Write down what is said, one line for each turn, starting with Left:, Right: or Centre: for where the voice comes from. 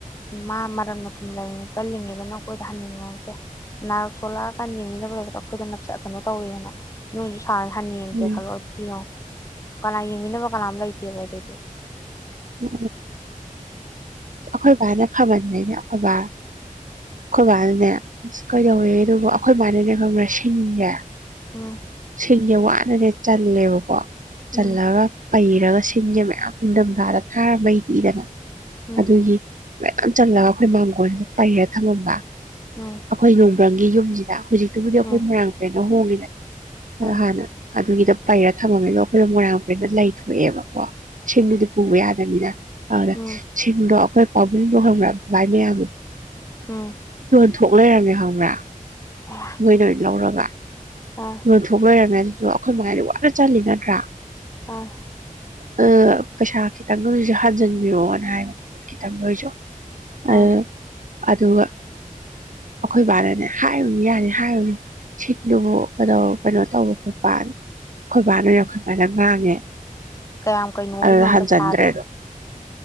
Left: ꯃꯥ ꯃꯔꯝ ꯃꯊꯨꯝ ꯂꯩ ꯀꯜꯂꯤꯉꯩꯗꯅ ꯑꯩꯈꯣꯏꯗ ꯍꯟꯅꯤꯡꯉ ꯅꯛꯇꯦ ꯅꯥꯔꯛ ꯁꯣꯂꯛꯑꯀꯥꯟ ꯌꯦꯡꯃꯤꯅꯕ ꯂꯩꯔꯒ ꯑꯩꯈꯣꯏꯗ ꯅꯞꯁꯛꯀꯅꯣ ꯇꯧꯋꯤꯅ ꯅꯣꯏꯁꯨ ꯁꯥꯎꯔ ꯍꯟꯅ ꯌꯦꯡꯒꯦ
Right: ꯎꯝ
Left: ꯈꯜꯂꯣ ꯑꯗꯨꯗꯤ ꯌꯦꯡꯉꯣ ꯀꯅꯥ ꯌꯦꯡꯃꯤꯟꯅꯕ ꯀꯅꯥꯝ ꯂꯩꯇꯦꯕ ꯑꯗꯨꯗꯤ
Right: ꯎ ꯑꯩꯈꯣꯏ ꯕꯥꯅ ꯐꯃꯟꯕꯅꯦ ꯑꯩꯈꯣꯏꯕꯥ ꯑꯩꯈꯣꯏꯕꯥꯅꯅꯦ ꯑ ꯀꯩꯗꯧꯋꯦ
Left: ꯎꯝ
Right: ꯑꯗꯨꯕꯨ ꯑꯩꯈꯣꯏ ꯃꯥꯅꯅꯦ ꯈꯪꯔꯦ ꯁꯤꯡꯖꯦ
Left: ꯎꯝ
Right: ꯁꯤꯡꯁꯦ ꯋꯥꯅ ꯑꯗꯨꯗꯤ ꯆꯜꯂꯦꯕꯀꯣ ꯆꯜꯂꯥꯒ
Left: ꯎꯝ
Right: ꯄꯩꯔꯒ ꯁꯤꯡꯁꯦ ꯃꯌꯥꯝ ꯏꯪꯊꯝꯊꯥꯗ ꯊꯥꯔꯕꯩꯗꯤꯗꯅ
Left: ꯎꯝ
Right: ꯑꯗꯨꯒꯤ ꯃꯌꯥꯝ ꯆꯜꯂꯒ ꯑꯩꯈꯣꯏ ꯃꯥꯡꯒꯣꯜꯁꯤꯗ ꯄꯩꯔ ꯊꯝꯃꯝꯕ
Left: ꯎꯝ
Right: ꯑꯩꯈꯣꯏ ꯅꯣꯡꯕ꯭ꯔꯪꯒꯤ ꯌꯨꯝ ꯖꯤꯗ ꯍꯧꯖꯤꯛꯇꯨꯕꯨꯗꯤ ꯑꯩꯈꯣꯏ
Left: ꯎꯝ
Right: ꯃꯣꯢꯔꯥꯡ ꯄꯨꯔꯦꯟꯗ ꯍꯣꯡꯉꯤꯅꯦ ꯑꯗꯣ
Left: ꯎꯝ
Right: ꯍꯥꯟꯅ ꯑꯗꯨꯒꯤꯗꯣ ꯄꯩꯔ ꯊꯝꯃꯝꯃꯤ ꯑꯩꯈꯣꯏꯅ ꯃꯣꯏꯔꯥꯡ ꯄꯨꯔꯦꯟꯗ ꯂꯩꯊꯣꯛꯑꯦꯕꯀꯣ ꯁꯤꯡꯗꯨꯗꯤ
Left: ꯎꯝ
Right: ꯄꯨꯕ ꯌꯥꯗꯕꯅꯤꯅ ꯐꯔꯦ
Left: ꯎꯝ
Right: ꯁꯤꯡꯗꯣ ꯑꯩꯈꯣꯏ ꯑꯕꯨꯡꯗꯣ ꯈꯪꯕ꯭ꯔꯥ ꯃꯥꯏ ꯃꯌꯥꯝꯕ
Left: ꯎꯝ
Right: ꯊꯣꯛ ꯂꯩꯔꯝꯃꯦ ꯈꯪꯕ꯭ꯔꯥ
Left: ꯑ
Right: ꯃꯣꯏꯅ ꯑꯣꯏꯅ ꯂꯧꯔꯒ
Left: ꯑ
Right: ꯌꯣꯟꯊꯣꯛ ꯂꯩꯔꯝꯃꯦ ꯖꯨ ꯑꯩꯈꯣꯏ ꯃꯥꯍꯣꯏ ꯋꯥꯅ ꯆꯜꯂꯤ ꯅꯠꯇ꯭ꯔꯥ
Left: ꯑꯥ
Right: ꯑꯗꯣ ꯄꯩꯁꯥ ꯈꯤꯇꯪꯒ ꯑꯣꯢꯔꯁꯨ ꯍꯟꯖꯤꯟꯕꯤꯔꯛꯑꯣꯅ ꯍꯥꯏꯕ ꯈꯤꯠꯇꯟꯒ ꯑꯣꯏꯁꯨ ꯑꯥ
Left: ꯑ
Right: ꯑꯗꯨꯒ ꯑꯩꯈꯣꯏ ꯕꯥꯅꯅꯦ ꯍꯥꯏꯔꯨꯅꯨ ꯌꯥꯔꯦ ꯍꯥꯏꯔꯨꯅꯨ ꯁꯤꯡꯗꯨꯕꯨ ꯀꯩꯗꯧ ꯀꯩꯅꯣ ꯇꯧꯕ ꯈꯣꯠꯄꯅ ꯑꯩꯈꯣꯏꯕꯥꯅꯦ ꯑꯩꯈꯣꯢ ꯃꯥꯗ ꯉꯥꯡꯉꯦ
Left: ꯀꯌꯥꯝ ꯀꯩꯅꯣꯒꯤꯅꯣ
Right: ꯑꯗꯨꯗ ꯍꯟꯖꯟꯗ꯭ꯔꯦ
Left: ꯄꯩꯁꯥꯗꯣ
Right: ꯑꯗꯣ